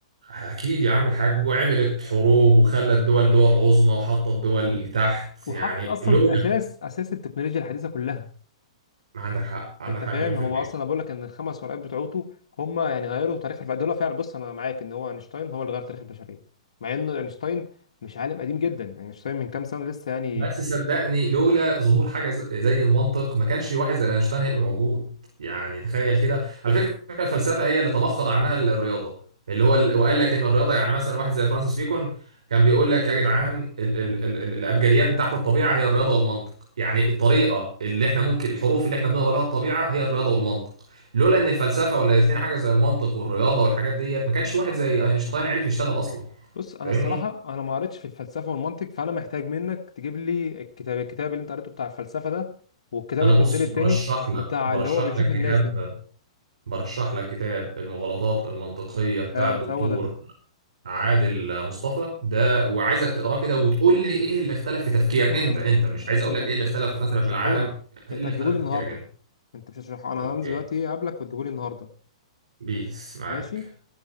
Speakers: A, on the right; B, on the left.
A: أكيد يا عم الحاج وعملت حروب وخلت دول دول عظمى وحطت دول تحت
B: وحط
A: يعني
B: اصلا
A: لولا
B: اساس اساس التكنولوجيا الحديثه كلها
A: ما عندك حق عندك
B: انت
A: حق
B: فاهم
A: مليون في
B: هو
A: المية
B: اصلا انا بقول لك ان الخمس ورقات بتوعته هم يعني غيروا تاريخ الب... دول فعلا بص انا معاك ان هو اينشتاين هو اللي غير تاريخ البشريه مع ان اينشتاين مش عالم قديم جدا يعني اينشتاين من كام سنه لسه يعني
A: بس صدقني لولا ظهور حاجه ز- زي المنطق ما كانش واحد زي اينشتاين هيبقى موجود يعني تخيل كده على فكره الفلسفه هي اللي تمخض عنها الرياضه اللي هو ال- وقال لك ان الرياضه يعني مثلا واحد زي فرانسيس بيكون كان بيقول لك يا جدعان ال ال ال ال الابجديات بتاعت الطبيعه هي الرياضه والمنطق يعني الطريقه اللي احنا ممكن الحروف اللي احنا بنقرا بها الطبيعه هي الرياضه والمنطق لولا ان الفلسفه ولا الاثنين حاجه زي المنطق والرياضه والحاجات ديت ما كانش واحد زي اينشتاين عرف يشتغل اصلا
B: بص انا
A: فاهمني
B: الصراحه انا ما قريتش في الفلسفه والمنطق فانا محتاج منك تجيب لي الكتاب الكتاب اللي انت قريته بتاع الفلسفه ده والكتاب
A: انا
B: اللي انت
A: بص
B: التاني التاني
A: برشح لك
B: بتاع
A: برشح
B: اللي هو بيشوف
A: لك كتاب
B: الناس ده
A: برشح لك كتاب المغالطات المنطقية بتاع
B: ها
A: الدكتور
B: هو ده
A: عادل مصطفى ده وعايزك تقراه كده وتقول لي ايه اللي اختلف في تفكيرك
B: يا باشا انت
A: انت
B: م...
A: انت مش
B: انت
A: عايز اقول
B: مش
A: لك
B: هت...
A: ايه اللي
B: مش
A: اختلف مثلا
B: هترشحه
A: في العالم
B: لي
A: ايه
B: انت
A: اللي
B: هتجيبه
A: اختلف
B: لي
A: في
B: النهارده
A: تفكيرك انت
B: انت مش هترشحه انا
A: اوكي
B: هنزل دلوقتي اقابلك وتجيبه لي النهارده
A: بيس معاك
B: ماشي